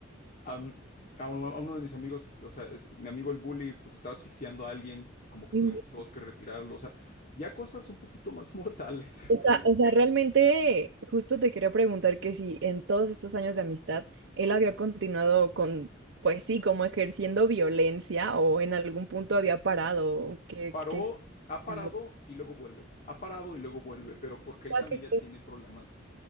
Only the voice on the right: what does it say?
Inve-
O sea, o sea, realmente justo te quería preguntar que si en todos estos años de amistad él había continuado con, pues sí, como ejerciendo violencia o en algún punto había parado, o qué,
qué es,
qué sucedió.
O sea,
que-
o